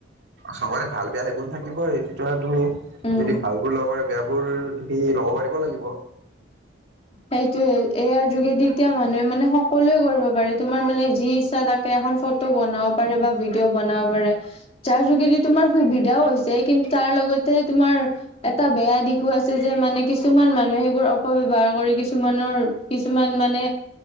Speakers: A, on the right; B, on the left.
A: চবতে ভাল বেয়া এটা গুণ থাকিবই তেতিয়াতো তুমি
B: উম
A: যদি ভালবোৰ লগৰে বেয়াবোৰ সি ল'ব পাৰিব লাগিব
B: সেইটোয়ে এয়াৰ যোগেদি এতিয়া মানুহে মানে সকলোৱে কৰিব পাৰে তোমাৰ মানে যি ইচ্ছা তাকে এখন ফটো বনাব পাৰে বা ভিডিঅ' বনাব পাৰে যাৰ যোগেদি তোমাৰ সুবিধাও হৈছে কিন্তু তাৰ লগতে তোমাৰ এটা বেয়া দিশো আছে যে মানে কিছুমান মানুহে সেইবোৰ অপব্যৱহাৰ কৰি কিছুমানৰ কিছুমান মানে